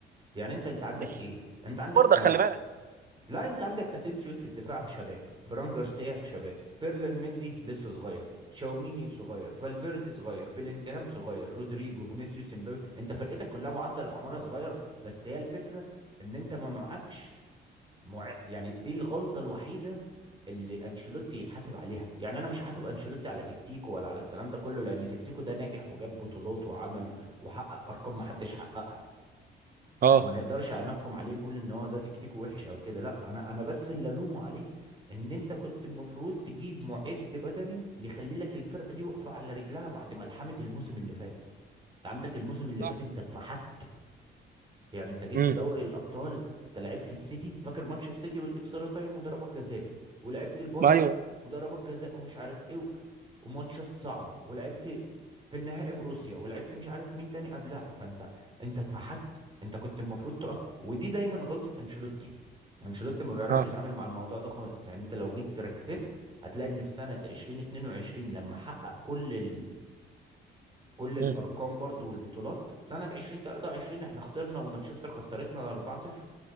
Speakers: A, on the right; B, on the right.
A: يعني انت انت عندك
B: مش
A: ايه انت عندك
B: برضك خلي بالك
A: لا انت عندك اسينسيو في الدفاع شباب فران جارسيا شباب فيرلان مندي لسه صغير شاوميني صغير فالفيردي صغير بيلينجهام صغير رودريجو فينيسيوس امبابي انت فرقتك كلها معدل اعمارها صغير بس هي الفكره ان انت ما معكش مع... يعني دي الغلطه الوحيده اللي انشيلوتي يتحاسب عليها يعني انا مش حاسب انشيلوتي على تكتيكه ولا على الكلام ده كله لان تكتيكه ده ناجح وجاب بطولات وعمل وحقق ارقام ما حدش حققها
B: اه
A: ما نقدرش على نحكم عليه نقول ان هو ده تكتيكه وحش او كده لا انا انا بس اللي الومه عليه ان انت كنت المفروض تجيب معد بدني يخلي لك الفرقه دي واقفه على رجلها بعد ملحمه الموسم اللي فات انت عندك الموسم اللي
B: صح
A: فات انت اتفحت
B: صح
A: يعني انت جيت
B: امم
A: في دوري الابطال انت لعبت السيتي فاكر ماتش السيتي والاكسترا تايم وضربات جزاء ولعبت البايرن
B: ما ايوه
A: وضربات جزاء ومش عارف ايه و- وماتشات صعبه ولعبت في النهائي بروسيا ولعبت مش عارف مين تاني قبلها فانت انت اتفحت انت كنت المفروض تقف ودي دايما غلطه انشيلوتي انشيلوتي ما بيعرفش
B: اه
A: يتعامل مع الموضوع ده خالص يعني انت لو جيت ركزت هتلاقي ان في سنه 2022 لما حقق كل كل الارقام
B: امم
A: برضو والبطولات سنه 2023 احنا خسرنا ومانشستر خسرتنا 4-0